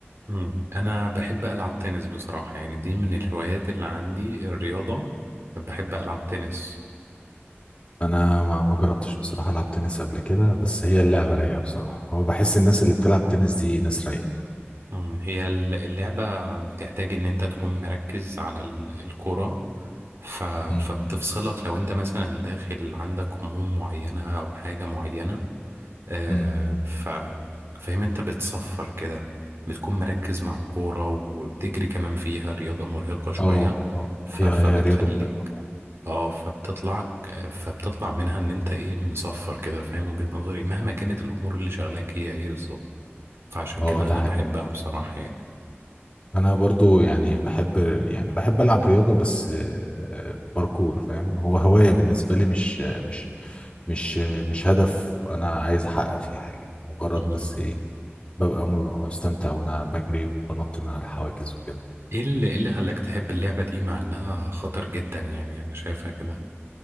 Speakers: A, on the right; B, on the left.
A: مم. انا بحب العب تنس بصراحة يعني دي من الهوايات اللي عندي الرياضة بحب العب تنس
B: أنا ما ما جربتش بصراحة ألعب تنس قبل كده بس هي اللعبة رايقة بصراحة هو بحس الناس اللي بتلعب تنس دي ناس رايقة
A: مم. هي الل- اللعبة بتحتاج ان انت تكون مركز على ال- الكرة ف...
B: امم
A: فبتفصلك لو انت مثلا داخل عندك هموم معينة او حاجة معينة آه،
B: إمم.
A: ف... فاهم انت بتصفر كده بتكون مركز مع الكورة وبتجري كمان فيها رياضة مرهقة شوية
B: اه اه
A: ف...
B: هي
A: فبتخليك
B: هي رياضة مرهقة
A: اه فبتطلع فبتطلع منها ان انت ايه مصفر كده فاهم وجهة نظري مهما كانت الامور اللي شغلاك هي ايه بالظبط فعشان
B: اه
A: كده
B: ده
A: انا
B: حقيقي
A: بحبها بصراحة يعني
B: انا برضو يعني بحب يعني بحب العب رياضة بس آه، باركور فاهم هو هواية بالنسبة لي مش مش مش مش هدف انا عايز احقق فيه حاجة يعني مجرد
A: مم.
B: بس ايه ببقى م- مستمتع وانا بجري وبنط من على الحواجز وكده
A: ايه اللي إيه اللي خلاك تحب اللعبة دي مع انها خطر جدا يعني انا شايفها كده